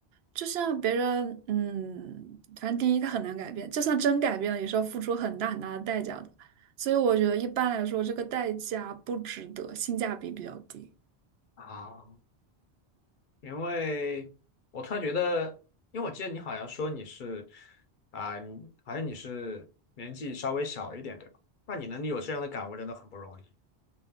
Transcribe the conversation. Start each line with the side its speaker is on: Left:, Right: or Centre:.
Right: 就像别人，嗯，反正第一他很难改变，就算真改变了，也是要付出很大很大的代价的。所以我觉得一般来说，这个代价不值得，性价比比较低。
Left: 啊？因为我突然觉得，因为我记得你好像说你是啊，你好像你是年纪稍微小一点，对吧？那你能有这样的感悟真的很不容易，